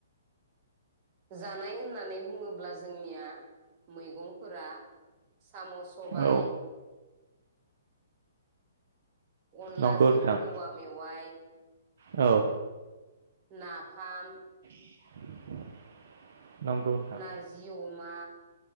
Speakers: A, on the right; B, on the right.
A: जानाय होननानै बुंङोब्ला जोंनिया मैगं फोरा साम, सबाय
B: औ
A: अनलाजों
B: नंगौ नोंथां
A: औवा मेवाइ
B: औ
A: नाफाम
B: <inaudible> नोंथां
A: नारजि अ मा